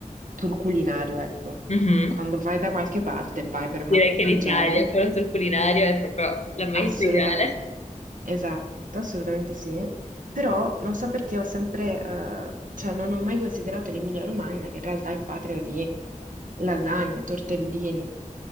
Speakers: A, on the right; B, on the left.
A: tour culinario, ecco.
B: Mhm.
A: Quando vai da qualche parte vai per ma-
B: Direi che
A: mangiare,
B: l'Italia per un tour culinario è proprio la meta
A: assolutamente
B: ideale.
A: esatto, assolutamente sì. Però non so perché ho sempre, eh, cioè non ho mai considerato l'Emilia-Romagna che in realtà è patria di lasagne, tortellini.